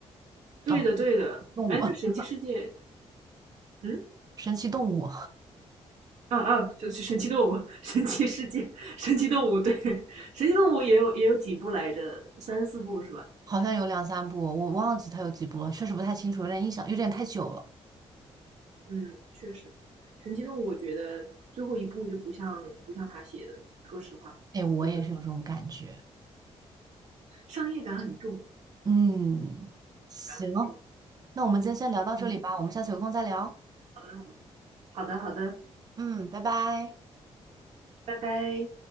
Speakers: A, on the right; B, on the right.
A: 对的，
B: 啊，
A: 对的。
B: 动物。
A: 哎，那《神奇世界》，
B: <laughs>
A: 嗯。
B: 神奇动物》
A: 啊啊，就是神奇动物、<laughs> 神奇世界、<laughs> 神奇动物，对，<laughs> 神奇动物也有也有几部来着，三四部是吧？
B: <laughs>，好像有两三部，我忘记它有几部了，确实不太清楚，有点印象，有点太久了。
A: 嗯，确实，神奇动物我觉得最后一部就不像不像他写的，说实话，
B: 哎，我也是有这种感觉。
A: 真的商业感很重
B: 嗯，行，
A: 很重。
B: 那我们今天先聊到这里吧，
A: 嗯，
B: 我们下次有空再聊。
A: 好的好的好的好的，
B: 嗯，拜拜。
A: 拜拜。